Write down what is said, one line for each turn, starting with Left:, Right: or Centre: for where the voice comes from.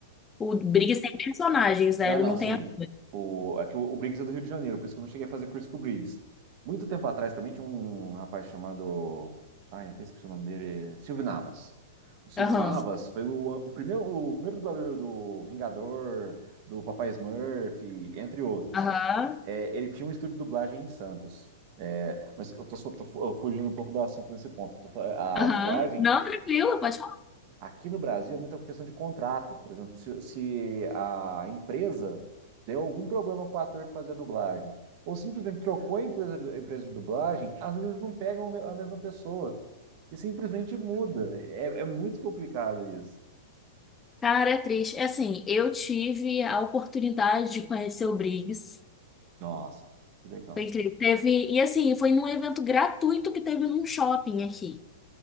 Left: O Briggs tem personagens, né?
Right: Não,
Left: Ele
Right: não,
Left: não
Right: sim.
Left: tem ator.
Right: O, é que o, o Briggs é do Rio de Janeiro, por isso que eu não cheguei a fazer curso com o Briggs. Muito tempo atrás também tinha um rapaz chamado. Ai, até esqueci o nome dele. Silvio Navas. O Silvio
Left: Aham.
Right: Navas foi o, o primeiro, o primeiro dublador do Vingador, do Papai Smurf, entre outros.
Left: Aham.
Right: É, ele tinha um estúdio de dublagem em Santos. É, mas eu tô, só- tô fu- fugindo um pouco do assunto nesse ponto. Tô fa-
Left: Aham.
Right: a dublagem
Left: Não, tranquilo, pode falar.
Right: Aqui no Brasil é muita questão de contrato. Por exemplo, se, se a empresa deu algum problema com o ator que fazia dublagem, ou simplesmente trocou a empresa de, a empresa de dublagem, às vezes não pegam a me- a mesma pessoa. E simplesmente muda. É, é muito complicado isso.
Left: Cara, é triste. É assim, eu tive a oportunidade de conhecer o Briggs.
Right: Nossa, que legal.
Left: Foi incrível. Teve, e assim, foi num evento gratuito que teve num shopping aqui.